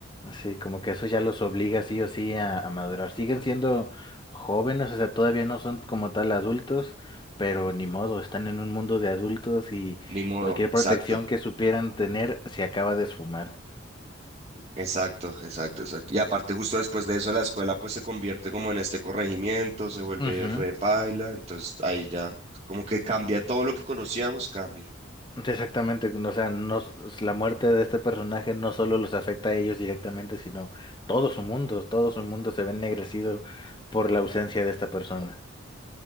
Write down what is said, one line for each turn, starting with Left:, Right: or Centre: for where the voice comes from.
Left: Sí, como que eso ya los obliga sí o sí a, a madurar. Siguen siendo jóvenes, o sea, todavía no son como tal adultos, pero ni modo, están en un mundo de adultos y
Right: Ni modo,
Left: cualquier
Right: exacto.
Left: protección que supieran tener se acaba de esfumar.
Right: Exacto, exacto, exacto. Y aparte, justo después de eso, la escuela pues se convierte como en este corregimiento, se vuelve
Left: Ujú,
Right: re paila, entonces ahí ya como que cambia todo lo que conocíamos, cambia.
Left: Exactamente, o sea, no, s- la muerte de este personaje no solo los afecta a ellos directamente, sino todo su mundo, todo su mundo se ve ennegrecido por la ausencia de esta persona.